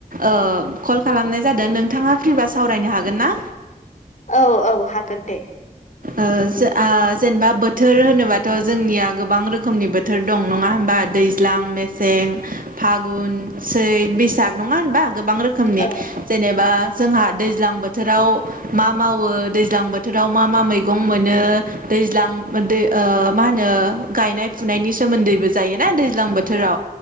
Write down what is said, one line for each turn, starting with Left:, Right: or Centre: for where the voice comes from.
Right: ओ कल खालाम नाय जादों नोंथांङा फ्रि बा सावरायनो हागोन ना?
Left: औ औ हागोन दे।
Right: ओ आ जेनेबा बोथोर होनोबाथ' जोंनिया गोबां रोखोमनि बोथोर दं नङा होमबा? दैज्लां मेसें फागुन सैथ बैसाग नङा होनबा? गोबां रोखोमनि
Left: औ
Right: जेनेबा जोंहा दैज्लां बोथोराव मा मावो दैज्लां बोथोराव मा मा मैं मैगं मोनो दैज्लां ओ मा होनो गायनाय फुनायनि सोमोन्दैबो जायोना। ए दैज्लां बोथोराव